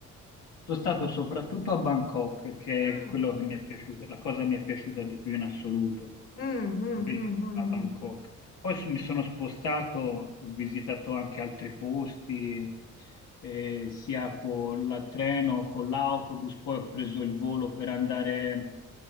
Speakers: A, on the left; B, on the left.
A: Sono stato soprattutto a Bangkok, che
B: Mm,
A: è quello che mi è piaciuto, la cosa che mi è piaciuta di più in assoluto.
B: mm, mm,
A: Bellissima
B: mm, mm,
A: Bangkok.
B: mm.
A: Poi su- mi sono spostato, ho visitato anche altri posti, eh, sia con il treno, con l'autobus, poi ho preso il volo per andare